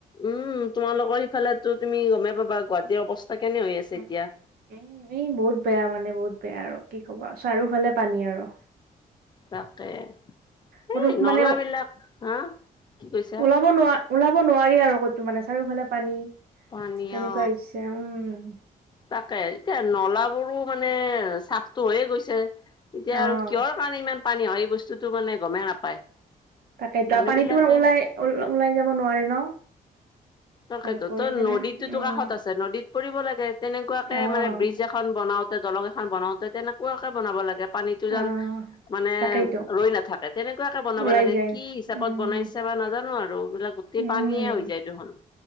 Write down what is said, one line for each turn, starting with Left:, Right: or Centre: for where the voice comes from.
Left: উম তোমালোকৰ ইফালো তুমি গমেই পাবা গুৱাহাটীৰ অৱস্থা কেনে হৈ আছে
Right: উম,
Left: এতিয়া
Right: উম এই বহুত বেয়া মানে বহুত বেয়া আৰু কি ক'বা চাৰিওফালে পানী আৰু
Left: তাকে
Right: ক'তো
Left: এই নলা
Right: মানে
Left: বিলাক হা কি কৈছা?
Right: ওলাব নোৱ ওলাব নোৱাৰি আৰু কতো মানে চাৰিওফালে পানী
Left: পানী
Right: তেনেকোৱা
Left: অ
Right: হৈছে উম
Left: তাকে এতিয়া নলাবোৰো মানে চাফটো হৈয়ে গৈছে এতিয়া
Right: অ',
Left: আৰু কিহৰ কাৰণে ইমান পানী হয় এই বস্তুটো মানে গমেই নাপায়
Right: তাকেইতো
Left: মানুহ
Right: আৰু পানীতো
Left: বিলাকে
Right: মানে ওলাই ওলাই যাব নোৱাৰে ন
Left: তাকেতো
Right: ভালকৈ
Left: তই
Right: কেনে
Left: নদীটোতো
Right: উম,
Left: কাষত আছে নদীত পৰিবলে দে তেনেকোৱাকে
Right: অ',
Left: মানে ব্ৰিজ এ খন বনাওতে দলং এখন বনাওতে তেনেকোৱাকে বনাব লাগে পানীতো যেন
Right: অ',
Left: মানে
Right: তাকেইতো
Left: ৰৈ নাথাকে তেনেকোৱাকে বনাব
Right: ওলাই
Left: লাগে
Right: যায়
Left: কি হিচাপত
Right: উম,
Left: বনাইছে বা নাজানো আৰু এইবিলাক টেই
Right: উম,
Left: পানীয়ে হৈ যায় দেখোন